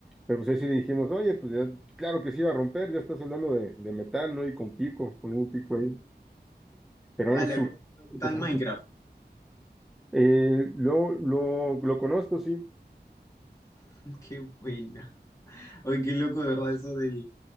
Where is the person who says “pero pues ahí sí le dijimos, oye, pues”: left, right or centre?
Centre